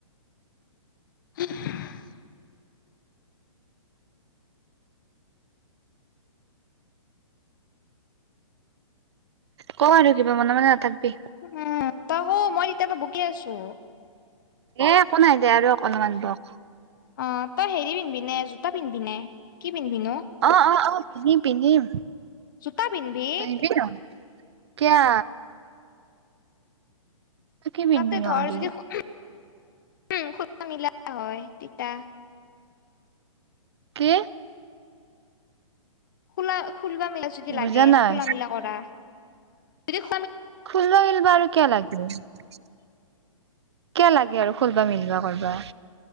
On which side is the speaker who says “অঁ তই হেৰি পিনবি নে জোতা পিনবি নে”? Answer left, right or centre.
Left